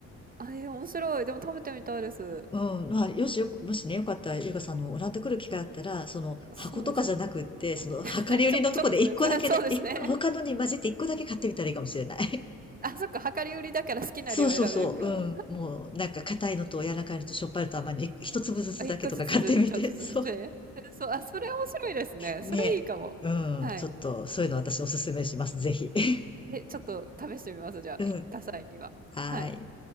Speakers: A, on the right; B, on the left.
A: あ、えー、面白い。でも食べてみたいです。
B: うん、まあ、よしよ、もしね、よかったら、ゆうかさんのオランダ来る機会あったら、その、箱とかじゃなくって、
A: そうですね。
B: その、
A: <laughs>
B: 量り売りのとこで一個だけね、
A: ちょ、ちょっとのやつ。<laughs> そうですね。
B: 一個、他のに混じって一個だけ買ってみたらいいかもしれない。
A: <laughs> あ、そっか。量り売りだから好きな量選べるから。
B: そうそうそう、うん。もう、なんか硬いのと柔らかいのとしょっぱいのと甘いの、い一粒ずつだけとか
A: あ、1個ずつ、
B: <laughs> 買ってみて。
A: ずずちょっとずつて。
B: <laughs> そう。
A: え、そう、あ、それ面白いですね。
B: ね。
A: それいいかも。
B: うん。
A: はい。
B: ちょっと、そういうの私おすすめします。ぜひ。<laughs>
A: え、ちょっと試してみます、じゃあ、
B: うん。
A: 行った際には。
B: はーい。
A: はい。